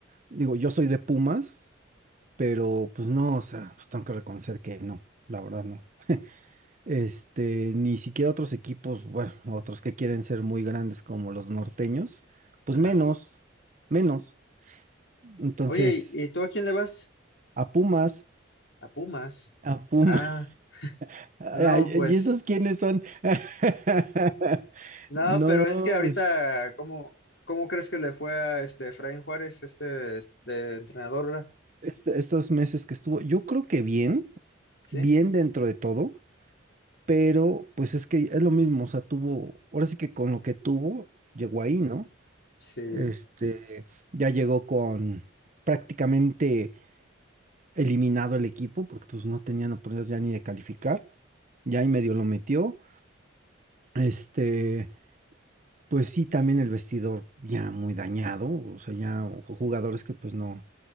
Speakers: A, on the right; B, on the left.
A: Digo, yo soy de Pumas, pero pues no, o sea, pues tengo que reconocer que no, la verdad no. Este, ni siquiera otros equipos, bueno, otros que quieren ser muy grandes como los norteños, pues
B: Ajá.
A: menos, menos. Entonces,
B: Oye, ¿y y tú a quién le vas?
A: a Pumas,
B: A Pumas.
A: a Pumas,
B: Ah.
A: <laughs>
B: No, pues
A: ¿y esos quiénes son? <laughs>
B: nada,
A: No,
B: pero es que ahorita,
A: pues,
B: ¿cómo, cómo crees que le fue a este Efraín Juárez, este, este entrenador? ¿verdad?
A: este- estos meses que estuvo, yo creo que bien,
B: Sí,
A: bien dentro de todo. pero pues es que es lo mismo, o sea, tuvo, ahora sí que con lo que tuvo, llegó ahí, ¿no?
B: sí,
A: Este, ya llegó con prácticamente eliminado el equipo, porque pues no tenían oportunidades ya ni de calificar, ya ahí medio lo metió, este, pues sí, también el vestidor ya muy dañado, o sea, ya ju- jugadores que pues no,